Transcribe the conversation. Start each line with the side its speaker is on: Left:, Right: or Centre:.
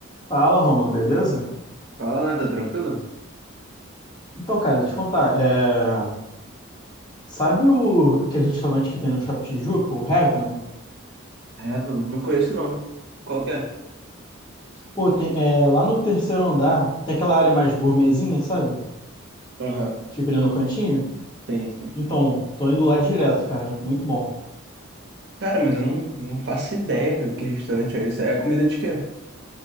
Left: Fala, Rômulo, beleza?
Right: Fala, nada tranquilo?
Left: Então, cara, deixa eu te contar. é, Sabe o... aquele restaurante que tem no Shopping Tijuca, o Heaven?
Right: Heaven, não conheço não. Qual que é?
Left: Pô, tem... é, lá no terceiro andar tem aquela área mais gourmetzinha, sabe?
Right: Aham,
Left: Fica ali no cantinho.
Right: tem, tem.
Left: Então, tô indo lá direto, cara. Muito bom.
Right: Cara, mas eu não, não faço ideia cara, que restaurante é esse. É comida de quê?